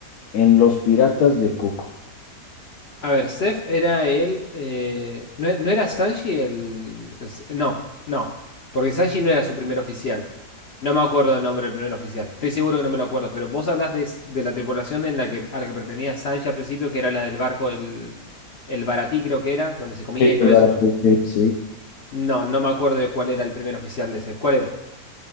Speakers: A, on the left; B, on the left.
A: en Los Piratas de Cook?
B: A ver, Seth era el. eh, no, e- no era Sanji el. es- No, no. Porque Sanji no era su primer oficial. No me acuerdo el nombre del primer oficial. Estoy seguro que no me lo acuerdo. Pero vos hablás de, s- de la tripulación en la que, a la que pertenecía Sanji al principio, que era la del barco, el, el Baratí, creo que era, donde se comía
A: Sí,
B: y todo
A: el Baracuy,
B: eso, ¿no?
A: sí, sí.
B: No, no me acuerdo de cuál era el primer oficial de Seth. ¿Cuál era?